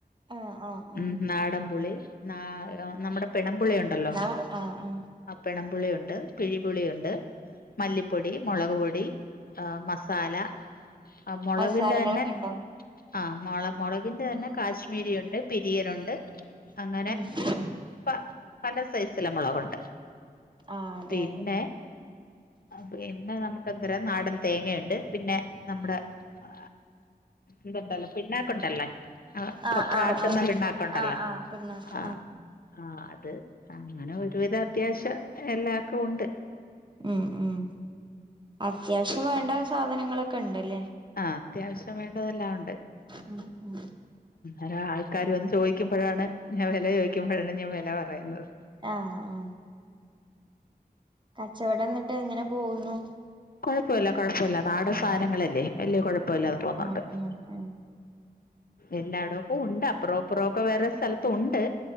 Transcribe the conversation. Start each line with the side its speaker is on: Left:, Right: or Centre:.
Right: ആഹ് ആഹ്
Left: ഉം
Right: ആഹ്
Left: നാടൻപുളി.. ന നമ്മുടെ പിണപുളി യുണ്ടല്ലോ..
Right: ആഹ് ആഹ്
Left: ആ പെണപുളിയുണ്ട് പിഴിപുളിയുണ്ട്.. മല്ലിപ്പൊടി മുളക് പൊടി മസാല.. ആഹ് മുളകിന്റെ
Right: മസാലകളൊക്കെ
Left: തന്നെ
Right: ഉണ്ടാവും
Left: ആഹ് മുള മുളകിന്റെ തന്നെ കാശ്മീരി ഉണ്ട് പിരി.. ദിയനുണ്ട് അങ്ങനെ
Right: ഉം ഉം
Left: പ പല സൈസില മുളകുണ്ട്..
Right: ആഹ് അതെ
Left: പിന്നെ..
Right: അതെ
Left: പിന്നെ നമുക്ക് എന്തര നാടൻ തേങ്ങയു ണ്ട് പിന്നെ നമ്മുടെ.. ആ ഇതുണ്ടല്ലോ പിണ്ണാക്ക് ഉണ്ടല്ലേ.. ആ
Right: ആഹ്
Left: കൊപ്രാആട്ട്ന്നല്
Right: ആഹ് ആഹ്
Left: ണ്ടാക്ക്ണ്ടല്ലോ..
Right: ആഹ് ആഹ് പിണ്ണാക്ക്
Left: ആഹ് ആ അത് അങ്ങനെ ഒരുവിധ അത്യാവശ്യം എല്ലാക്കെ ഉണ്ട്..
Right: ഉം ഉം അത്യാവശ്യം വേണ്ട സാധനങ്ങളൊക്കെ ണ്ട്ല്ലേ..
Left: ആഹ് അത്യാവശ്യം വേണ്ടതെല്ലാം ഉണ്ട്..
Right: ഉം ഉം..
Left: ഒരെ ആൾക്കാര് വന്ന് ചോദിക്കുമ്പോഴാണ് ഞാൻ വില ചോദിക്കുമ്പോഴാണ് ഞാൻ വില പറയുന്നത്..
Right: ആഹ് ആ. കച്ചവടം ന്നിട്ട് എങ്ങനെ പോകുന്നു..
Left: കെഴപ്പില്ല കൊഴപ്പില്ല നാടൻ സാധനങ്ങളല്ലേ വലിയ കുഴപ്പില്ലതെ പോന്നുണ്ട്..
Right: ഉം ഉം ഉം
Left: എല്ലായിടം പ്പം ഉണ്ട് അപ്പറോ ഇപ്പുറോ ഒക്കെ വേറെ സ്ഥലതും ഉണ്ട്..